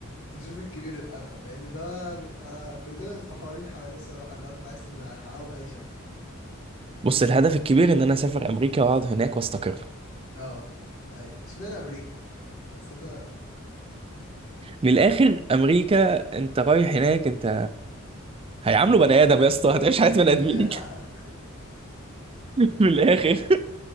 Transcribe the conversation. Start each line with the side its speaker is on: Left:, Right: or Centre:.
Left: نشوف الكبير الأول لأن ده بيبقى كلنا متمحورين حواليه الصراحة اللي هو أنت عايز تحققه بأي شكل
Right: بص الهدف الكبير ان انا اسافر امريكا واقعد هناك واستقر
Left: اه أيوة اشمعنى أمريكا حسيتها
Right: من الاخر امريكا انت رايح هناك انت هيعاملوا بني ادم يا اسطى هتعيش
Left: <laughs>
Right: حياه بني ادمين <laughs> من الاخر